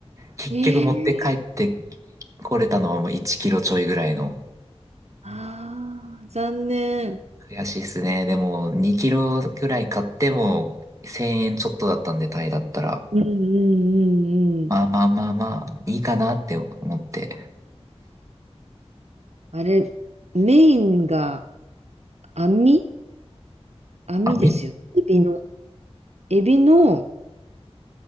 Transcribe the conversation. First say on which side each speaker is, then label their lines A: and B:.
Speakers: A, on the right; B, on the right.
A: 結局持って帰って
B: えー、
A: これたのはもう1キロちょいぐらいの。
B: ああ、残念。
A: 悔しいっすね。でも、2キロぐらい買っても1000円ちょっとだったんで、タイだったら。
B: うんうんうんうんうんうんうんえああー残念うんうんうんうん
A: まあまあまあまあ、いいかなって思って。
B: あれ、メインが網網ですよね。
A: あ、み、
B: エビの、エビの、